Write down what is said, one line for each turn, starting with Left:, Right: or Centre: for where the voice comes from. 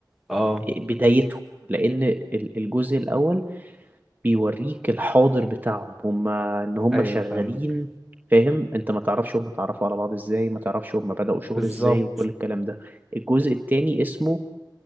Centre: اه
Right: بدايتهم لان ال- الجزء الاول بيوريك الحاضر بتاعهم هما ان هما
Centre: ايوه
Right: شغالين
Centre: فاهمك
Right: فاهم انت ما تعرفش هما اتعرفوا على بعض ازاي ما تعرفش هما بدأوا شغل
Centre: بالظبط
Right: ازاي وكل الكلام ده الجزء التاني اسمه